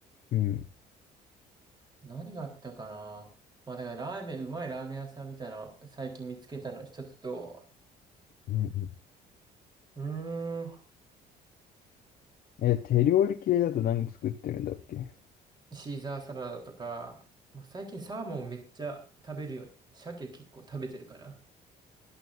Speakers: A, on the left (about 60°); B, on the right (about 25°).
A: う。うん。
B: 何があったかなまあだからラーメン、うまいラーメン屋さんみたいなの最近見つけたの一つと、
A: うんう
B: うーん、
A: ん。え、手料理系だと何作ってるんだっけ
B: シーザーサラダとか、まあ、最近サーモンめっちゃ食べるよ。鮭結構食べてるかな。